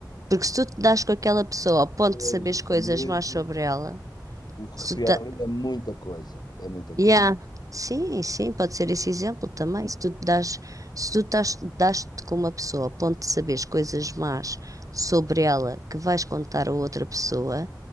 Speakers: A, on the right; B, on the left.
A: Porque se tu te das com aquela pessoa ao ponto
B: pois,
A: de saberes
B: justamente.
A: coisas más sobre ela,
B: O
A: se
B: refrear
A: tu ta-
B: a língua é muita coisa. É muita
A: yeah.
B: coisa.
A: Sim, sim, pode ser esse exemplo também. Se tu te das, se tu estás, das-te com uma pessoa ao ponto de saberes coisas más sobre ela que vais contar a outra pessoa,